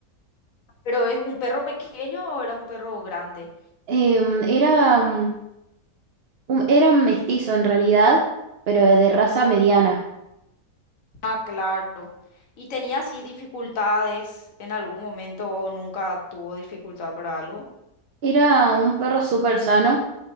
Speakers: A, on the left; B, on the right.
A: Pero es un perro pequeño o era un perro grande.
B: Em, era, mm, un- era un mestizo en realidad, pero de raza mediana.
A: Ah, claro. ¿Y tenía así dificultades en algún momento o nunca tuvo dificultad para algo?
B: Era un perro súper sano